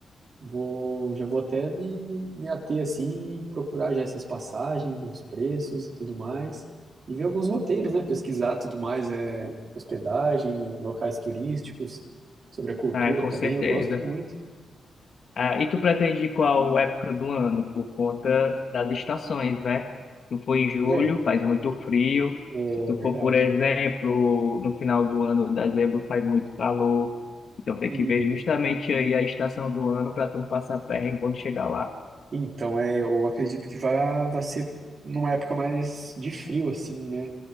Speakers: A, on the right (about 55°); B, on the left (about 65°).
A: Vou, já vou até me, me ater assim, e procurar já essas passagens, os preços e tudo mais, e ver alguns roteiros, né? Pesquisar tudo mais, é, hospedagem, locais turísticos, sobre a cultura
B: É, com
A: também,
B: certeza.
A: eu gosto muito.
B: Ah, e tu pretende qual época do ano? Por conta das estações, né? Se for em julho,
A: Certo,
B: faz muito frio.
A: é
B: Se tu
A: verdade.
B: for, por exemplo, no final do ano, dezembro, faz muito calor. Então tem
A: E,
B: que ver justamente aí a estação do ano para tu não passar perrengue quando chegar lá.
A: então, é, eu acredito que vai, vai ser numa época mais de frio, assim, né?